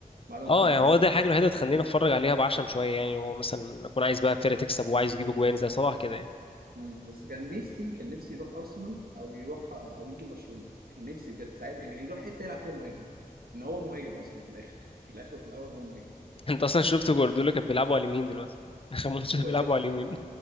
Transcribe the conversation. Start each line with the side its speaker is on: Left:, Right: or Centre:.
Right: بعد ما
Left: اه
Right: مرموش
Left: يعني هو ده الحاجه الوحيده اللي تخليني اتفرج عليها بعشم شويه يعني هو مثلا اكون عايز بقى فرقه تكسب وعايز يجيبوا جوان زي صلاح كده يعني
Right: مم. بس كان نفسي كان نفسي يروح ارسنال او يروح او يجي برشلونة كان نفسي بجد ساعات يعني هيروح حتة يلعب فيها مهاجم ان هو مهاجم اصلا في الاخر في الاخر وفي الاول هو مهاجم
Left: <laughs> انت اصلا شفت جوارديولا كان بيلعبوا على اليمين دلوقتي <laughs> اخر ماتش
Right: جوارديولا
Left: ده بيلعبوا على اليمين